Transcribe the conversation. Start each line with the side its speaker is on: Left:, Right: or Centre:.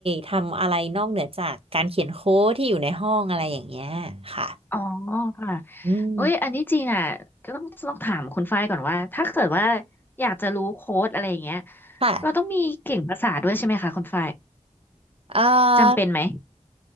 Right: ทำอะไรนอกเหนือจากการเขียนโค้ดที่อยู่ในห้องอะไรอย่างเงี้ยค่ะ
Left: อ๋อค่ะ
Right: อืม
Left: เอ้ยอันที่จริงอ่ะก็ต้องต้องถามคุณฝ้ายก่อนว่าถ้าเกิดว่าอยากจะรู้โค้ดอะไรอย่างเงี้ย
Right: ค่ะ
Left: เราต้องมีเก่งภาษาด้วยใช่ไหมคะคุณฝ้าย
Right: เอ่อ
Left: จำเป็นไหม